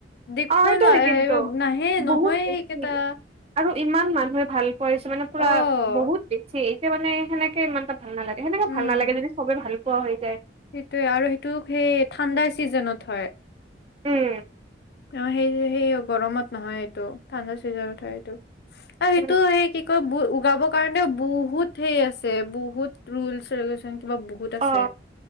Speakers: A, on the left (about 60°); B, on the right (about 35°).
A: <unintelligible> দেখবৈ
B: অ সেইটো
A: নোৱাৰ,
B: হয় কিন্তু
A: নাহে
B: বহুত
A: নহয় এ
B: বেছি
A: সেইকেইটা।
B: আৰু ইমান মানুহে ভাল কৰিছে মানে পুৰা
A: অ',
B: বহুত বেছি এই এয়া মানে সেনেকে মান ভাল নালাগে সেনেকে
A: উম
B: ভাল নালাগে যদি চবে ভাল পুৱা হৈ যায়।
A: সেইটোয়ে আৰু সেইটো সেই ঠাণ্ডাৰ চিজনত হয়।
B: উম
A: অ সেই সেই গৰমত নহয় এইটো, ঠাণ্ডা চিজনত হয় এইটো। আৰু সেইটো
B: উম,
A: সেই কি কয় <unintelligible> লগাবৰ কাৰণে বহুত হেই আছে বহুত ৰুলচ, ৰেগুলেশচন কিবা বহুত আছে
B: অ,